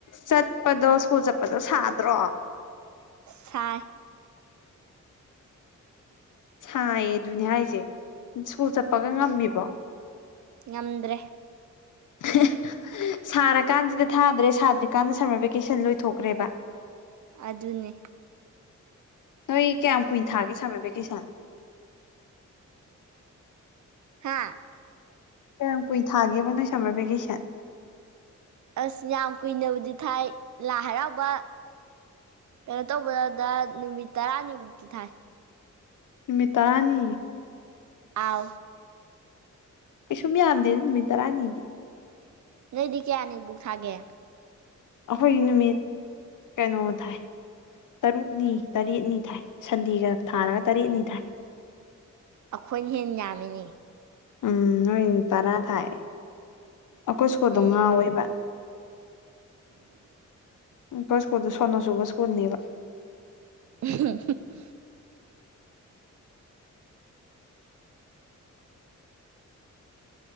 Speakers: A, on the left; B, on the right.
A: ꯆꯠꯄꯗꯣ ꯁ꯭ꯀꯨꯜ ꯆꯠꯄꯗꯣ ꯁꯥꯗ꯭ꯔꯣ
B: ꯁꯥꯏ
A: ꯁꯥꯏꯌꯦ ꯑꯗꯨꯅꯦ ꯍꯥꯏꯁꯦ ꯁ꯭ꯀꯨꯜ ꯆꯠꯄꯒ ꯉꯝꯃꯤꯕꯣ
B: ꯉꯝꯗ꯭ꯔꯦ
A: <unintelligible> ꯁꯥꯔꯀꯥꯟꯁꯤꯗ ꯊꯥꯗ꯭ꯔꯦ ꯁꯥꯗ꯭ꯔꯤꯀꯥꯟꯗ ꯁꯝꯃꯔ ꯚꯦꯀꯦꯁꯟ ꯂꯣꯏꯊꯣꯛꯈ꯭ꯔꯦꯕ
B: ꯑꯗꯨꯅꯤ
A: ꯅꯣꯏ ꯀꯌꯥꯝ ꯀꯨꯏꯅ ꯊꯥꯒꯦ ꯁꯃꯔ ꯚꯦꯀꯦꯁꯟ
B: ꯍꯥꯥ
A: ꯀꯌꯥꯝ ꯀꯨꯏꯅ ꯊꯥꯒꯦꯕ ꯅꯣꯏ ꯁꯝꯃꯔ ꯚꯦꯀꯦꯁꯟ
B: ꯑꯁ ꯌꯥꯝ ꯀꯨꯏꯅꯕꯨꯗꯤ ꯊꯥꯏ ꯂꯥꯏ ꯍꯔꯥꯎꯕ ꯀꯩꯅꯣ ꯇꯧꯕꯗ ꯅꯨꯃꯤꯠ ꯇꯔꯥꯅꯤꯃꯨꯛꯇꯤ ꯊꯥꯏ
A: ꯅꯨꯃꯤꯠ ꯇꯥꯔꯥꯅꯤ
B: ꯑꯥꯎ
A: ꯀꯩꯁꯨꯝ ꯌꯥꯝꯗꯦꯗ ꯅꯨꯃꯤꯠ ꯇꯔꯥꯅꯤꯗꯤ
B: ꯅꯣꯏꯗꯤ ꯀꯌꯥꯅꯤꯕꯨꯛ ꯊꯥꯒꯦ
A: ꯑꯩꯈꯣꯏꯒꯤ ꯅꯨꯃꯤꯠ ꯀꯩꯅꯣ ꯊꯥꯏ ꯇꯔꯨꯛꯅꯤ ꯇꯔꯦꯠꯅꯤ ꯊꯥꯏ ꯁꯟꯗꯦꯒ ꯊꯥꯔꯒ ꯇꯔꯦꯠꯅꯤ ꯊꯥꯏ
B: ꯑꯩꯈꯣꯏꯅ ꯍꯦꯟ ꯌꯥꯝꯃꯤꯅꯦ
A: ꯎꯝ ꯅꯣꯏ ꯇꯔꯥ ꯊꯥꯏ ꯑꯩꯈꯣꯏ ꯏꯁꯀꯨꯜꯗꯣ
B: ꯎꯝ
A: ꯉꯥꯎꯋꯦꯕ ꯐꯩꯈꯣꯏ ꯏꯁꯀꯨꯜꯗꯨ ꯁꯣꯅꯣꯆꯨꯕ ꯁꯀꯨꯜꯅꯦꯕ
B: <unintelligible>